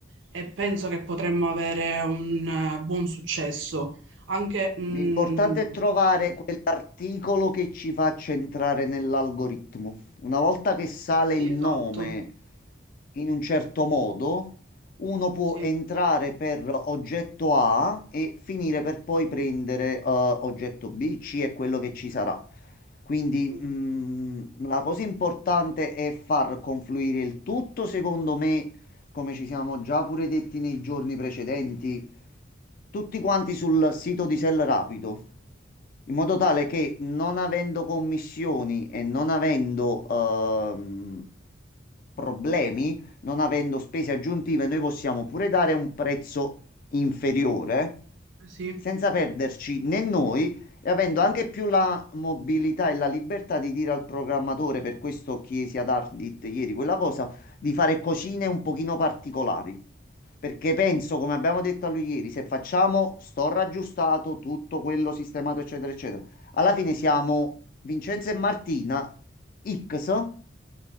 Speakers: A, on the right; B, on the left.
A: e penso che potremmo avere un eh, buon successo. Anche, mm,
B: L'importante è trovare quell'articolo che ci faccia entrare nell'algoritmo. Una volta che sale
A: sì,
B: il
A: esatto,
B: nome in un certo modo, uno può
A: sì,
B: entrare per oggetto A e finire per poi prendere eh, oggetto B, C è quello che ci sarà. Quindi
A: Mm,
B: mh, la cosa importante è far confluire il tutto, secondo me, come ci siamo già pure detti nei giorni precedenti, tutti quanti sul sito di Sell Rapido, in modo tale che non avendo commissioni e non avendo ehm, problemi, non avendo spese aggiuntive, noi possiamo pure dare un prezzo inferiore
A: sì.
B: senza perderci né noi e avendo anche più la mobilità e la libertà di dire al programmatore, per questo chiesi ad Ardit ieri quella cosa, di fare cosine un pochino particolari. Perché penso, come abbiamo detto a lui ieri, se facciamo sto raggiustato, tutto quello sistemato, eccetera, eccetera, alla fine siamo Vincenzo e Martina X,